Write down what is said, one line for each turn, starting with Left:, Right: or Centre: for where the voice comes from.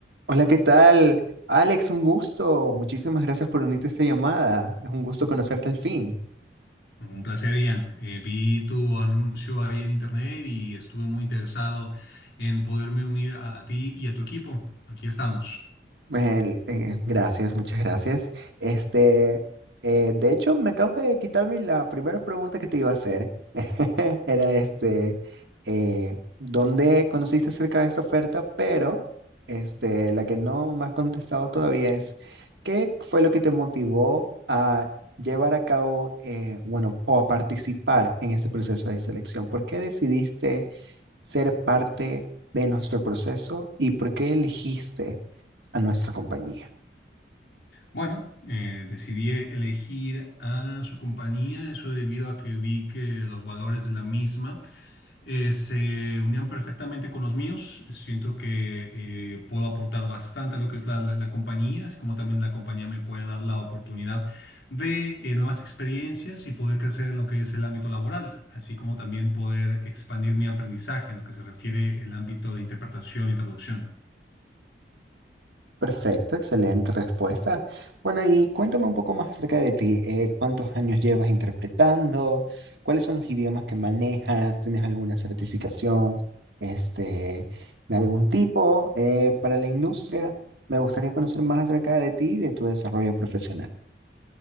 Right: Hola, ¿qué tal? Alex, un gusto. Muchísimas gracias por unirte a esta llamada. Es un gusto conocerte al fin.
Left: No, Un placer, Ian. Eh, vi tu anuncio ahí en internet y estuve muy interesado en poderme unir a, a ti y a tu equipo. Aquí estamos.
Right: El- eh, gracias, muchas gracias. Este, eh, de hecho, me acabas de quitarme la primera pregunta que te iba a hacer. <laughs> Era este, eh, ¿dónde conociste acerca de esta oferta? Pero este, la que no me has contestado todavía es, ¿qué fue lo que te motivó a llevar a cabo, eh, bueno, o a participar en este proceso de selección? ¿Por qué decidiste? ser parte de nuestro proceso y por qué elegiste a nuestra compañía.
Left: Bueno, eh, decidí elegir a su compañía, eso debido a que vi que los valores de la misma eh, se unían perfectamente con los míos. Siento que eh, puedo aportar bastante a lo que es la, la- la compañía, así como también la compañía me puede dar la oportunidad de eh, nuevas experiencias y poder crecer en lo que es el ámbito laboral, así como también poder expandir mi aprendizaje en lo que se refiere el ámbito de interpretación y traducción.
Right: Perfecto, excelente respuesta. Bueno, y cuéntame un poco más acerca de ti. Eh, ¿cuántos años llevas interpretando? ¿Cuáles son los idiomas que manejas? ¿Tienes alguna certificación, este, de algún tipo, eh, para la industria? Me gustaría conocer más acerca de ti y de tu desarrollo profesional.